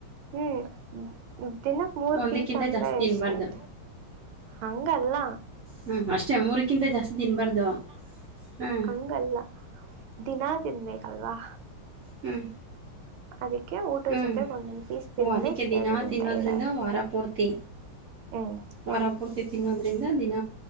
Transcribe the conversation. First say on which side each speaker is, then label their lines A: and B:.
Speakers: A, on the right (about 80°); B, on the right (about 50°).
A: ಹ್ಮ್ ದಿನಕ್ ಮೂರ್
B: ಒಂದಕ್ಕಿಂತ
A: ಪೀಸ್ ಅಂದ್ರೆ
B: ಜಾಸ್ತಿ ತಿನ್ಬಾರ್ದು
A: ಎಷ್ಟ ಆಯ್ತು ಹಂಗಲ್ಲ
B: ಹ್ಞೂ ಅಷ್ಟೇ ಮೂರಕ್ಕಿಂತ ಜಾಸ್ತಿ ತಿನ್ಬಾರ್ದು ಹ್ಞ
A: ಹಂಗಲ್ಲ ದಿನಾ ತಿನ್ಬೇಕಲ್ವಾ
B: ಹ್ಮ್
A: ಅದಕ್ಕೆ ಊಟದ
B: ಹ್ಮಞ
A: ಜೊತೆಗೆ ಒಂದೊಂದ್ ಪೀಸ್ ತಿಂದ್ರೆ
B: ಓ ಅದಕ್ಕೆ
A: ಸರಿ
B: ದಿನ
A: ಅಂತ
B: ತಿನ್ನೋದ್ರಿಂದ
A: ಹೇಳಾರ
B: ವಾರ ಪೂರ್ತಿ
A: ಹ್ಮ್
B: ವರ ಪೂರ್ತಿ ತಿನ್ನೋದ್ರಿಂದ ದಿನ